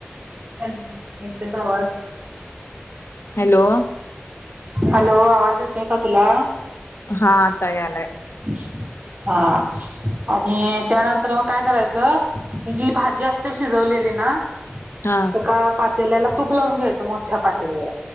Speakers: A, on the right (about 35°); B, on the left (about 70°).
A: हॅलो. येतोय का? आवाज.
B: हॅलो.
A: हॅलो. आवाज येतोय का? तुला.
B: हा. आता यालाय.
A: अच्छा <unintelligible> हा आणि त्यानंतर मग, काय करायचं. ही जी भाजी असते. शिजवलेली ना. हम् <unintelligible>
B: हा.
A: का पातेल्याला तूप लावून घ्यायचं. मोठ्या पातेल्याला.